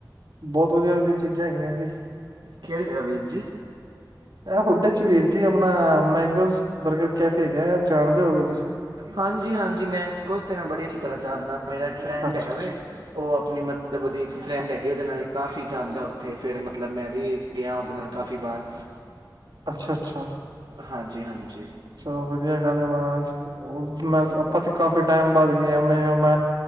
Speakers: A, on the right; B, on the right.
A: ਬਹੁਤ ਵਧੀਆ-ਵਧੀਆ ਚੀਜ਼ਾਂ ਹੈਗੀਆਂ ਸੀ।
B: ਕਿਹੜੀ ਜਗਾਂ ਵੀਰ ਜੀ।
A: ਇਹ ਹੁਡੇ ਚ ਵੀਰ ਜੀ ਆਪਣਾ ਮੈਂਗੋਸ ਬਰਗਰ ਕੈਫੇ ਹੈਗਾ ਜਾਣਦੇ ਹੋਗੇ ਤੁਸੀਂ
B: ਹਾਂਜੀ-ਹਾਂਜੀ, ਮੈਂਗੋਸ ਤੇ ਮੈਂ ਬੜੀ ਅੱਛ ਤਰ੍ਹਾਂ ਜਾਣਾ, ਮੇਰਾ ਇੱਕ ਫਰੈਂਡ
A: ਅੱਛਾ-ਅੱਛਾ,
B: ਹੈਗਾ ਵੇ ਉਹ ਆਪਣੀ ਮਤਲਬ ਉਹਦੀ ਫਰੈਂਡ ਹੈਗੀ, ਉਹਦੇ ਨਾਲ ਕਾਫੀ ਜਾਂਦਾ ਓਥੇ ਫਿਰ ਮਤਲਬ ਮੈਂ ਵੀ ਗਿਆ ਉਹਦੇ ਨਾਲ ਕਾਫੀ ਵਾਰ।
A: ਅੱਛਾ-ਅੱਛਾ-ਅੱਛਾ।
B: ਹਾਂਜੀ-ਹਾਂਜੀ।
A: ਚਲੋ ਵਧੀਆ ਗੱਲ ਐ ਮਹਾਰਾਜ, ਮੈਂ ਆਪਾਂ ਤੇ ਕਾਫੀ ਟਾਈਮ ਬਾਦ ਗਿਆ ਮੇਰੇ ਖਿਆਲ ਮੈਂ